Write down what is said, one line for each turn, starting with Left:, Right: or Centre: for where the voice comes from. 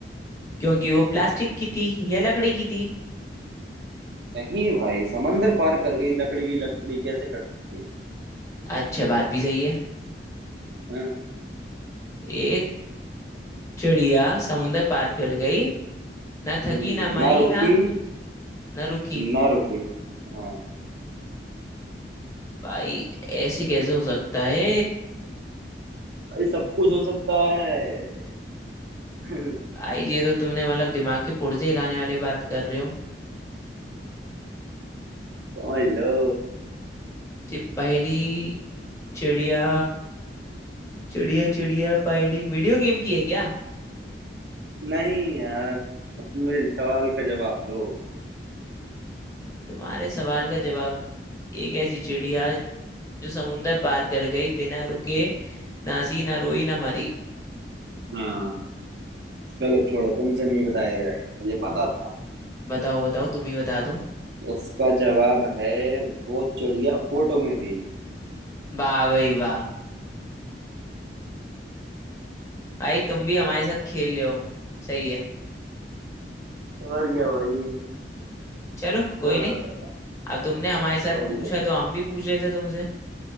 Left: क्योंकि वो प्लास्टिक की थी या लकड़ी की थी
Right: नहीं भाई समंदर पार कर गई लकड़ी की लकड़ी कैसे कर सकती है
Left: अच्छा बात भी सही है
Right: हाँ,
Left: एक चिड़िया समुंदर पार कर गई ना थकी
Right: हम्म,
Left: ना मरी
Right: ना रुकी
Left: ना ना रुकी
Right: ना रुकी हाँ
Left: भाई ऐसे कैसे हो सकता है
Right: भाई सब कुछ हो सकता है <laughs>
Left: भाई ये तो तुमने मतलब दिमाग के पुर्जे हिलाने वाले बात कर रहे हो
Right: समझ लो
Left: ये पहली चिड़िया चिड़िया चिड़िया पहली वीडियो गेम की है क्या
Right: नहीं यार अब तुम मेरे सवाल का जवाब दो
Left: तुम्हारे सवाल का जवाब एक ऐसी चिड़िया जो समुंदर पार कर गई बिना रुके नासी ना रोई ना मरी
Right: हाँ चलो छोड़ो तुमसे नहीं बताया जाएगा मुझे पता था
Left: बताओ बताओ तुम ही बता दो
Right: इसका जवाब है वो चिड़िया फोटो में थी
Left: वाह भाई वाह भाई तुम भी हमारे साथ खेल रहे हो सही है
Right: और क्या भाई
Left: चलो कोई
Right: हाँ
Left: नहीं अब तुमने हमारे साथ
Right: और
Left: पूछा
Right: क्या
Left: तो हम भी पूछ रहे थे तुमसे